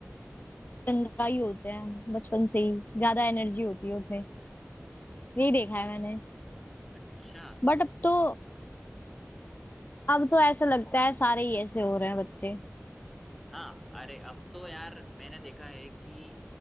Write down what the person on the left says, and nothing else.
गंगाई होते हैं बचपन से ही ज्यादा एनर्जी होती है उसमें यही देखा है मैंने
बट अब तो अब तो ऐसा लगता है सारे ही ऐसे हो रहे हैं बच्चे